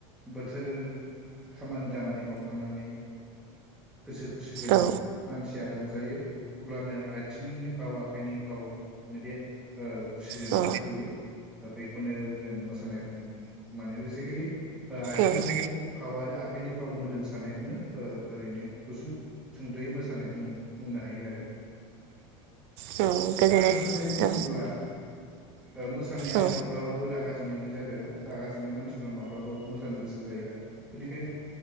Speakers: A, in the centre; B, on the right.
A: बोथोर खामानि दामानि मावखांनानै गोसो खुसिजों
B: औ
A: मानसिया रंज जायो अब्लानो आइ थिनि फाव आखाइनि फाव बे ओ खुसिजों
B: औ अ
A: ओंखारबोयो।
B: उम
A: बेखौबो जों मोसानाय बुङो माने बेसिकेलि आथिंनि
B: उम
A: पावार आखाइनि फाव मोदोम सानायखौनो ओरैनो गुसुं सुंदयै मोसानाय बुंनो हायो आरो
B: औ गोजोननाय
A: मोसानाय बुङोब्ला
B: औ
A: मोसानाया
B: औ
A: माब्लाबाबो रागा जोंनानै जाफेरा रागा जोंनाय मानसिफ माब्लाबाबो मो जानो गोसो जाया बेनिखायनो